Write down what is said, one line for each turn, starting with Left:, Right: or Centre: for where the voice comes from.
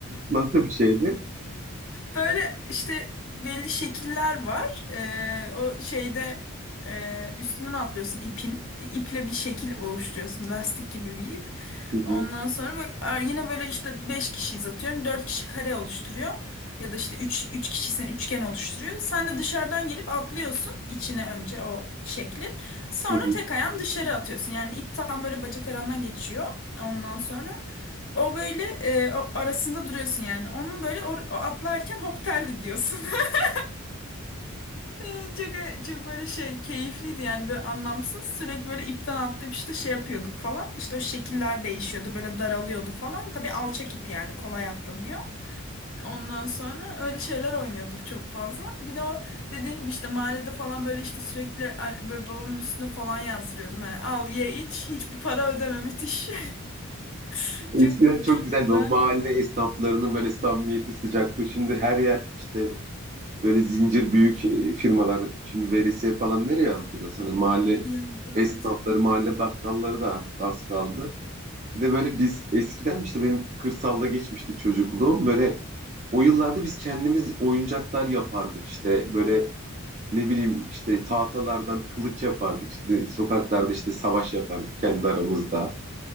Right: Nasıl bir şeydi?
Left: Böyle işte belli şekiller var. Ee, o şeyde e, üstünden atlıyorsun ipin. E, İple bir şekil oluşturuyorsun. Lastik gibi bir ip.
Right: Hı hı.
Left: Ondan sonra bak, ar- yine böyle işte 5 kişiyiz atıyorum. dört kişi kare oluşturuyor. Ya da işte üç, üç kişiysen üçgen oluşturuyor. Sen de dışarıdan gelip atlıyorsun içine önce o şeklin. Sonra
Right: Hı hı.
Left: tek ayağın dışarı atıyorsun. Yani ip tam böyle bacak arandan geçiyor. Ondan sonra. O böyle e, o arasında duruyorsun yani. Onun böyle or- o atlarken hop telli diyorsun. <laughs> E, Çok, e, çok böyle şey keyifliydi yani böyle anlamsız. Sürekli böyle ipten atlayıp işte şey yapıyorduk falan. İşte o şekiller değişiyordu böyle daralıyordu falan. Tabii alçak ip yani kolay atlanıyor. Ondan sonra öyle şeyler oynuyorduk çok fazla. Bir de o dediğin gibi işte mahallede falan böyle işte sürekli a- böyle babamın üstüne falan yazdırıyordum. Hani al ye iç hiçbir para ödeme müthiş. <laughs>
Right: Eskiden
Left: Çok
Right: çok
Left: çok
Right: güzeldi.
Left: güzel.
Right: O mahalle esnaflarının böyle samimiyeti, sıcaklığı. Şimdi her yer işte böyle zincir büyük e, firmalar. Şimdi veresiye falan nereye yazdırıyor sana? Mahalle
Left: Yiyorduk evet.
Right: esnafları, mahalle bakkalları da artık az kaldı. Bir de böyle biz eskiden işte benim kırsalda geçmişti çocukluğum. Böyle o yıllarda biz kendimiz oyuncaklar yapardık işte. Böyle ne bileyim işte tahtalardan kılıç yapardık. İşte sokaklarda işte savaş yapardık kendi aramızda.